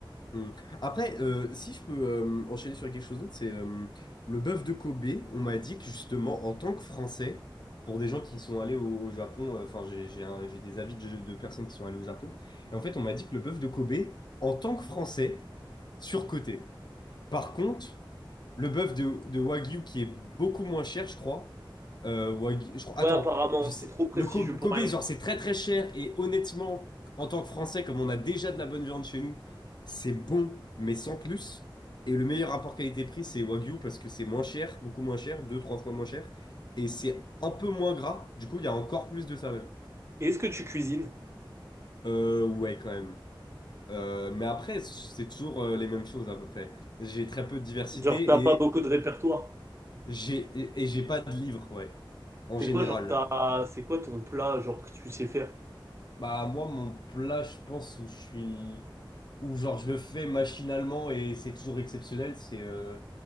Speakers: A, on the left (about 55°); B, on the right (about 30°).
A: Hmm. Après, euh, si je peux euh, enchaîner sur quelque chose d'autre, c'est euh, le bœuf de Kobe. On m'a dit que justement, en tant que Français, pour des gens qui sont allés au, au Japon, euh, enfin, j'ai j'ai un- j'ai des avis de, de personnes qui sont allées au Japon, et en fait, on m'a dit que le bœuf de Kobe, en tant que Français, surcoté. Par contre, le bœuf de, de Wagyu qui est beaucoup moins cher, je crois. Euh, Wagyu- je crois.
B: Ouais,
A: Attends,
B: apparemment,
A: je
B: c'est
A: sais.
B: trop prestigieux
A: Le Kobe,
B: pour
A: Kobe,
B: rien.
A: genre, c'est très très cher. Et honnêtement, en tant que Français, comme on a déjà de la bonne viande chez nous, c'est bon, mais sans plus. Et le meilleur rapport qualité-prix, c'est Wagyu parce que c'est moins cher, beaucoup moins cher, deux, trois fois moins cher. Et c'est un peu moins gras. Du coup, il y a encore plus de saveur.
B: Et est-ce que tu cuisines?
A: Euh, ouais, quand même. Euh, mais après, c'est toujours euh, les mêmes choses à peu près. J'ai très peu de diversité
B: Genre, t'as pas beaucoup de répertoire.
A: J'ai, et et j'ai pas de livre, ouais, en
B: C'est
A: général.
B: quoi, genre, t'as... C'est quoi ton plat, genre, que tu sais faire?
A: Bah, moi, mon plat, je pense, où je suis. Où, genre, je le fais machinalement et c'est toujours exceptionnel, c'est euh,